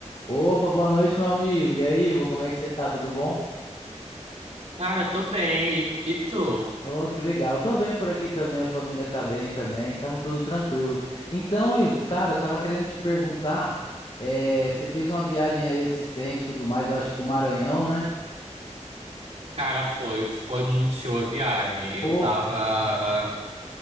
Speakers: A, on the left; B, on the right.
A: Opa, boa noite, meu amigo. E aí, Ivo, como é que você tá? Tudo bom?
B: Cara, tô bem. E, e tu?
A: Oh, que legal. Tô bem por aqui também, a família tá bem também, estamos tudo tranquilo. Então, Ivo, cara, eu tava querendo te perguntar, eh, você fez uma viagem aí esses tempos, tudo mais, eu acho que pro Maranhão, né?
B: Cara, foi, foi muito show a viagem. Eu
A: Pô,
B: tava,